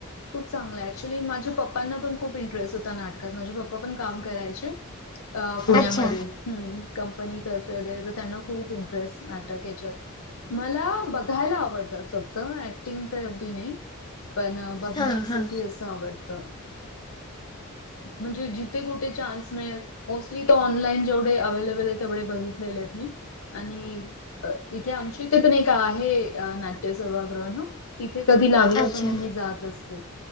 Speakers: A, on the left (about 70°); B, on the left (about 20°).
A: खूप चांगलय ऍक्च्युली माझ्या पप्पांना पण खूप इंटरेस्ट होता नाटकात माझे पप्पा पप्पा पण काम करायचे अ पुण्यामध्ये
B: अच्छा
A: हम्म कंपनीतर्फे वगैरे तर त्यांना खूप इंटरेस्ट नाटक याच्यात मला बघायला आवडतात फक्त ऍक्टिंग तर एवढी नाही. पण बघण्यासाठी
B: हां हां
A: अस आवडत म्हणजे ज बघते कुठे चान्स मिळेल मोसली त ऑनलाईन जेवढे अवलेबल आहे तेवढे बघितलेले आहेत मी. आणि इथे आमची इथे पण एक आहे नाट्य सभागृह. तिथे कधी लागलं
B: अच्छा
A: तर मग मी जात असते.